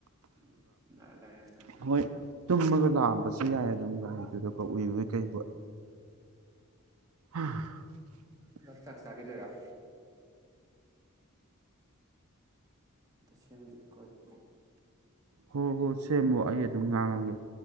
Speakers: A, on the right; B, on the right.
A: ꯎꯝ ꯂꯥꯛꯑꯦ ꯂꯥꯛꯑ
B: ꯍꯣꯏ ꯇꯨꯝꯃꯒ ꯂꯥꯛꯑꯝꯕꯁꯨ ꯌꯥꯏ ꯒꯥꯔꯤꯗꯨꯗꯀꯣ
A: ꯎꯝ
B: ꯎꯏꯨꯕꯣꯏ ꯀꯩꯕꯣꯏ <unintelligible>
A: <unintelligible> ꯆꯥꯛꯆꯥꯒꯦꯗꯣꯏꯔꯥ? ꯁꯦꯝꯈꯤꯒꯦꯀꯣ ꯑꯗꯨꯝ
B: ꯍꯣ ꯍꯣꯏ ꯁꯦꯝꯃꯣ ꯑꯩ ꯑꯗꯨꯝ ꯉꯥꯡꯉꯒꯦ